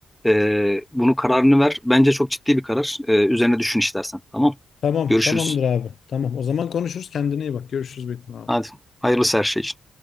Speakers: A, in the centre; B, on the left.
A: E, bunu kararını ver. Bence çok ciddi bir karar. E, üzerine düşün istersen. Tamam.
B: Tamam
A: Görüşürüz.
B: tamamdır abi. Tamam o zaman konuşuruz. Kendine iyi bak. Görüşürüz Betim abi.
A: Hadi. Hayırlısı her şey için.